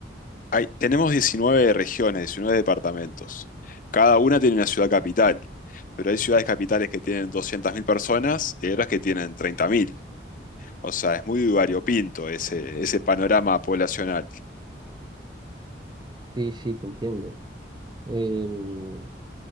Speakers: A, on the left; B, on the right.
A: hay- tenemos 19 regiones, 19 departamentos. Cada una tiene una ciudad capital, pero hay ciudades capitales que tienen 200.000 personas y hay otras que tienen treinta mil O sea, es muy variopinto ese, ese panorama poblacional.
B: Sí, sí, te entiendo. Em,